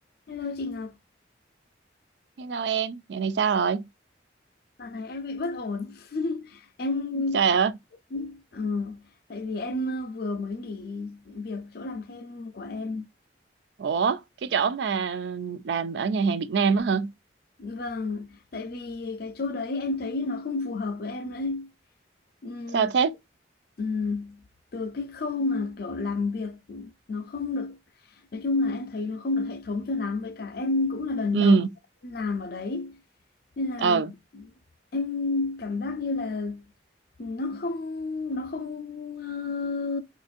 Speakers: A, on the left; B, on the right.
A: Hello chị Ngọc,
B: Hello em, giờ này sao rồi?
A: dạo này em bị bất ổn. <laughs> Em
B: trời
A: cảm
B: ơi,
A: ờ, tại vì em ờ, vừa mới nghỉ việc chỗ làm thêm của em.
B: Ủa, cái chỗ mà làm ở nhà hàng Việt Nam á hả?
A: Vâng, tại vì cái chỗ đấy em thấy nó không phù hợp với em nữa. ấy. Ừm,
B: Sao thế?
A: ừm, từ cái khâu mà kiểu làm việc nó không được, nói chung là em thấy nó không được hệ thống cho lắm. Với cả em cũng là lần
B: Ừ,
A: đầu làm ở đấy, nên là
B: ừ,
A: em cảm giác như là nó không nó không ờ,